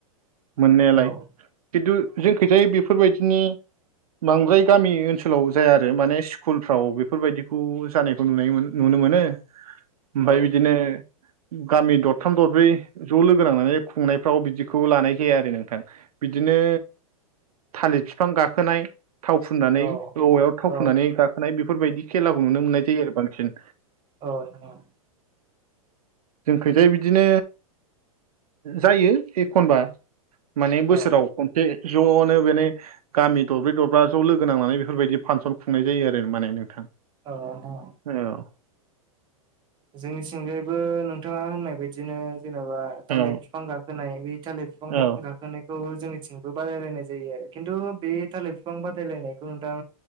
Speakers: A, on the right; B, on the right.
A: मोननायालाय।
B: औ
A: खिन्थु जों खोथाय बेफोरबायदिनि बांद्राय गामि ओनसोलाव जाया आरो माने स्कुलफ्राव बेफोरबायदिखौ जानायखौ नुनाय नुनो मोनो ओमफ्राय
B: औ
A: बिदिनो गामि दरथाम दरब्रै ज' लोगो नांनानै खुंनायफ्राव बिदिखौ लानाय जाया आरो नोंथां। बिदिनो थालिर बिफां गाखोनाय थाव फुननानै
B: औ
A: औवायाव थाव
B: औ
A: फुननानै गाखोनाय बेफोरबायदि खेलाखौ नुनो मोननाय जायो आरो बांसिन।
B: औ नोंथां औ
A: जोंखैजाय बिदिनो जायो एखनबा माने बोसोराव
B: औ
A: खसे ज'आवनो बेनि गामि दरब्रै दरब्रा ज' लोगो नांनानै बेफोरबायदि फांसन खुंनाय जायो आरो माने नोंथां।
B: अ ह
A: औ
B: जोंनिथिंजायैबो नोंथाङा होननाय बदिनो जेनेबा थालिर
A: औ
B: बिफां गाखोनाय बे थालिर बिफां
A: औ
B: गाखोनाय खौ जोंनिथिंबो बादायलायनाय जायो आरो खिन्थु बे थालिर बिफां बादायलायनायखौ नोंथां